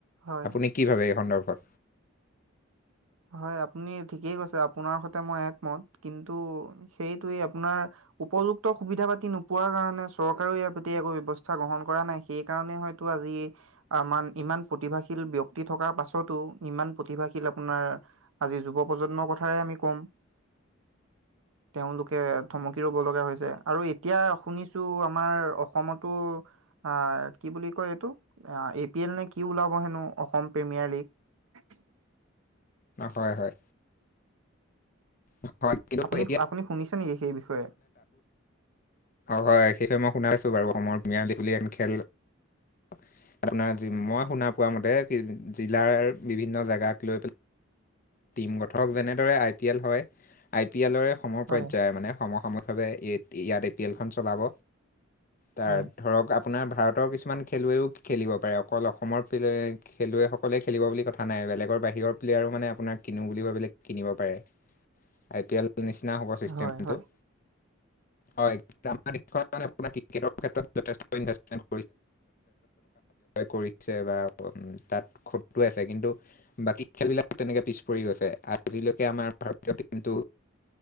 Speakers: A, on the right; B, on the left.
A: হয়
B: আপুনি কি ভাবে এই সন্দৰ্ভত
A: হয় আপুনি ঠিকেই কৈছে আপোনাৰ সতে মই একমত কিন্তু সেইটোৱে আপোনাৰ উপযুক্ত সুবিধা পাতি নোপোৱাৰ কাৰণে চৰকাৰেও ইয়াৰ পতি একো ব্যৱস্থা গ্ৰহণ কৰা নাই। সেইকাৰণে হয়তো আজি আমান ইমান প্ৰতিভাশীল ব্যক্তি থকাৰ পাছতো ইমান প্ৰতিভাশীল আপোনাৰ আজি যুৱ প্ৰজন্মৰ কথাই আমি ক'ম। তেওঁলোকে থমকি ৰ'ব লগা হৈছে। আৰু এতিয়া শুনিছো আমাৰ অসমতো। আ কি বুলি কয় অ এইটো এ পি এল নে কি ওলাব হেনো অসম প্ৰিমিয়াৰলী <unintelligible>
B: হয়, হয়। <unintelligible> হয়
A: আপুনি আপুনি শুনিছে নেকি সেই বিষয়ে?
B: হয় সেইটোৱে মই শুনাই নাছিলো বাৰু অসমৰ ম্যাদী বুলি এনে খেল। আপোনাৰ মই শুনা পোৱা মতে কি জিলাৰ বিভিন্ন জেগাক লৈ পেলাই। টিম গঠক, যেনেদৰে আই পি এল হয়। আই পি এলৰে সমপৰ্যায়
A: হয়
B: মানে সমসাম ভ ইয়াত এ পি এলে খেলখন চলাব তাৰ
A: হয়।
B: ধৰক। আপোনাৰ ভাৰতৰ কিছুমান খেলুৱৈও খেলিব পাৰে অকল অসমৰ খেলুৱৈসকলে খেলিব বুলি কথা নাই। বেলেগৰ বাহিৰৰ প্লেয়াৰ মানে আপোনাৰ। কিনো বুলি ভাবিলে কিনিব পাৰে। আই পি এলৰ নিচিনা হ'ব চিষ্টেমটো।
A: হয় হয়
B: হয়, আমাৰ দেশ মানে আপোনাৰ ক্ৰিকেটৰ ক্ষেত্ৰত যথেষ্ট <unintelligible> কৰিছে বা তাত খটোৱাইছে। কিন্তু বাকী খেলবিলাক তেনেকে পিছ পৰি গৈছে আজিলৈকে আমাৰ ভাৰতীয় টিমটো